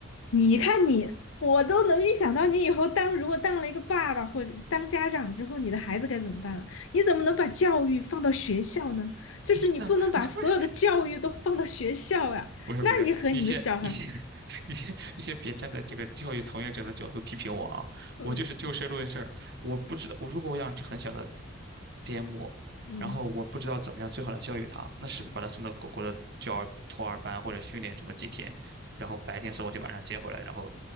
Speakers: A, on the left; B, on the right.
A: 你看你，我都能预想到你以后当如果当了一个爸爸或者当家长之后，你的孩子该怎么办了？你怎么能把教育放到学校呢？就是你不能把所有的教育都放到学校呀、
B: 但 <laughs> 不是不是，
A: 那你和你的小孩。
B: 你先你先 <laughs> 你先你先别站在这个教育从业者的角度批评我啊！
A: <laughs> 嗯
B: 我就是就事论事儿，我不知道我如果我养只很小的边牧，
A: 嗯
B: 然后我不知道怎么样最好的教育它，那是不是把它送到狗狗的教儿托儿班或者训练这么几天，然后白天送过去，晚上接回来，然后